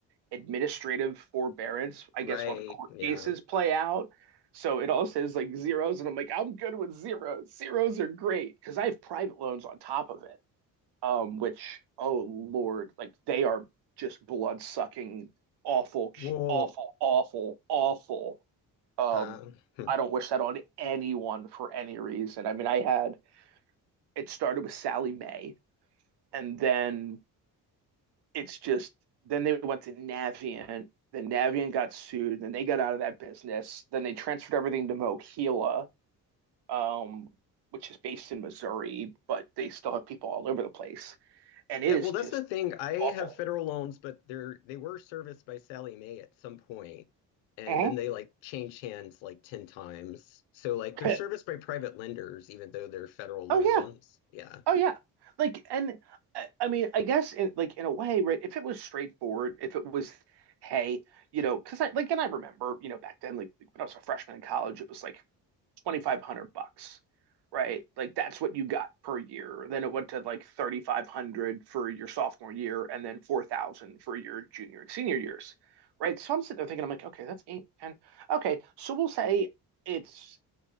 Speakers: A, on the right; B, on the left.
A: administrative forbearance, I
B: right.
A: guess, while the court
B: Yeah.
A: cases play out. So it all says like zeros, and I'm like, I'm good with zeros. Zeros are great because I have private loans on top of it, um, which, oh Lord, like they are just blood sucking, awful,
B: Well,
A: awful, awful, awful. Um,
B: um, hmm.
A: I don't wish that on anyone for any reason. I mean, I had it started with Sally May, and then it's just then they went to Navient. Then Navient got sued. Then they got out of that business. Then they transferred everything to Mohila, um, which is based in Missouri, but they still have people all over the place, and it
B: Yeah,
A: is
B: well,
A: just
B: that's the thing. I
A: awful.
B: have federal loans, but they're they were serviced by Sally Mae at some point, and
A: Mhm.
B: then they like changed hands like 10 times. So like they're
A: <laughs>
B: serviced by private lenders, even though they're federal loans.
A: Oh yeah,
B: Yeah.
A: oh yeah. Like, and I, I mean, I guess in like in a way, right? If it was straightforward, if it was, hey, you know, because I like, and I remember, you know, back then, like when I was a freshman in college, it was like 2,500 bucks, right? Like that's what you got per year. Then it went to like 3,500 for your sophomore year and then 4,000 for your junior and senior years, right? So I'm sitting there thinking, I'm like, okay, that's eight ten. Okay, so we'll say it's